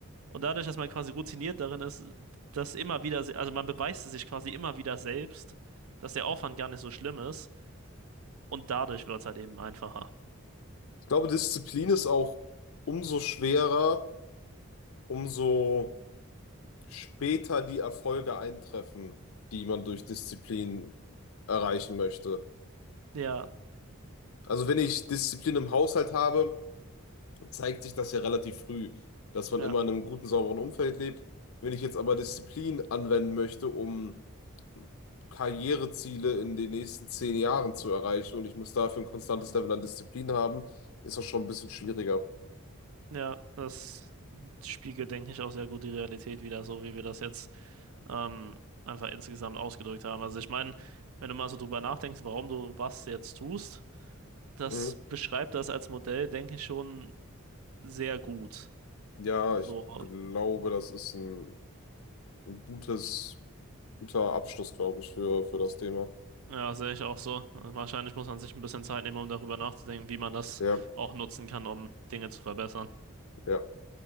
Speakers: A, on the right; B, on the left.
A: Und dadurch, dass man quasi routiniert darin ist, dass immer wieder, se- also man beweist es sich quasi immer wieder selbst, dass der Aufwand gar nicht so schlimm ist. Und dadurch wird es halt eben einfacher.
B: Ich glaube, Disziplin ist auch umso schwerer, umso später die Erfolge eintreffen, die man durch Disziplin erreichen möchte.
A: Ja,
B: Also wenn ich Disziplin im Haushalt habe, zeigt sich das ja relativ früh, dass man
A: ja,
B: immer in einem guten, sauberen Umfeld lebt. Wenn ich jetzt aber Disziplin anwenden möchte, um Karriereziele in den nächsten zehn Jahren zu erreichen und ich muss dafür ein konstantes Level an Disziplin haben, ist das schon ein bisschen schwieriger.
A: ja, das spiegelt, denke ich, auch sehr gut die Realität wider, so wie wir das jetzt ähm, einfach insgesamt ausgedrückt haben. Also ich meine, wenn du mal so drüber nachdenkst, warum du was jetzt tust, das
B: Mhm.
A: beschreibt das als Modell, denke ich, schon sehr gut.
B: Ja,
A: So,
B: ich glaube, das ist ein, ein gutes, guter Abschluss, glaube ich, für, für das Thema.
A: Ja, sehe ich auch so. Wahrscheinlich muss man sich ein bisschen Zeit nehmen, um darüber nachzudenken, wie man das
B: Ja,
A: auch nutzen kann, um Dinge zu verbessern.
B: ja.